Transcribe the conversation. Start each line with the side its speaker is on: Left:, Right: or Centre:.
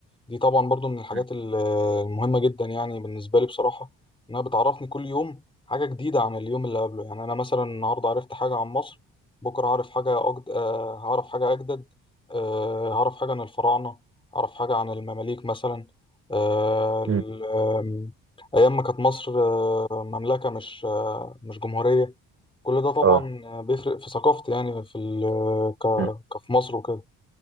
Left: دي طبعا برضو من الحاجات
Right: مم.
Left: ال- المهمة جدا يعني بالنسبة لي بصراحة إنها بتعرفني كل يوم حاجة جديدة عن اليوم اللي قبله يعني أنا مثلا النهاردة عرفت حاجة عن مصر بكرة هعرف حاجة أجد... آه، هعرف حاجة أجدد آه، هعرف حاجة عن الفراعنة هعرف حاجة عن المماليك مثلا آه، ال-
Right: مم.
Left: آم، أيام ما كانت مصر آه، مملكة مش آه، مش جمهورية كل ده طبعا
Right: اه
Left: بيفرق في ثقافتي يعني في ال... ك...
Right: مم.
Left: كفي مصر وكده